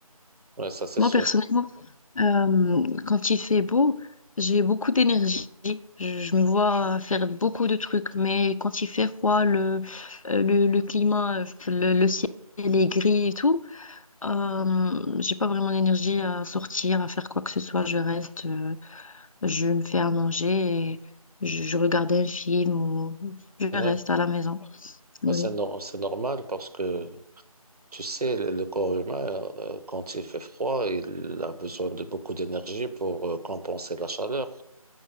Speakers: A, on the right; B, on the left.
A: Ouais, ça, c'est
B: Moi,
A: sûr.
B: personnellement, Euh, quand il fait beau, j'ai beaucoup d'énergie. Je, je me vois faire beaucoup de trucs, mais quand il fait froid, le, euh, le, le climat, euh, le, le ciel est gris et tout, euh, j'ai pas vraiment l'énergie à sortir, à faire quoi que ce soit. Je reste, euh, je me fais à manger et je, je regarde un film ou je
A: Ouais.
B: reste à la maison. Oui,
A: Ouais, c'est nor- c'est normal parce que, tu sais, le, le corps humain, euh, quand il fait froid, il a besoin de beaucoup d'énergie pour euh, compenser la chaleur.